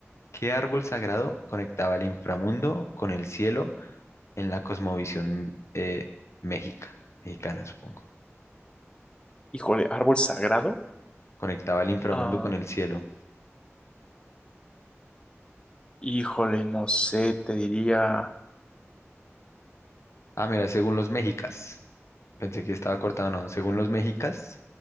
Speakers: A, on the left; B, on the left.
A: ¿qué árbol sagrado conectaba el inframundo con el cielo en la cosmovisión eh, mexica? Mexicana, supongo.
B: Híjole, árbol sagrado.
A: Conectaba el inframundo
B: Ah,
A: con el cielo.
B: híjole, no sé, te diría.
A: Ah, mira, según los mexicas. Pensé que estaba cortado, no. Según los mexicas,